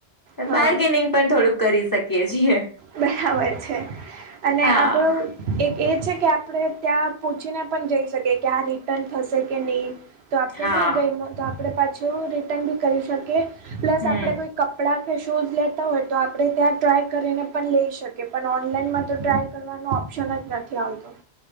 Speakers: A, on the right (about 70°); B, on the left (about 20°).
A: હા
B: માર્ગેનિંગ પણ થોડુંક કરી શકીએ છીએ
A: બરાબર છે અને
B: હા
A: આપણું-' એક એ છે કે આપણે ત્યાં પૂછીને પણ જઈ શકીએ કે આ રિટર્ન થશે કે નહીં તો આપણે
B: હા
A: નહી ગઈ તો આપણે પાછું રિટર્ન બી કરી શકીએ પ્લસ
B: હમ
A: આપડે કોઈ કપડાં કે શૂઝ લેતા હોય તો આપણે ત્યાં ટ્રાય કરીને પણ લઈ શકે પણ ઓનલાઈનમાં તો ટ્રાય કરવાનો ઓપ્શન જ નથી આવતો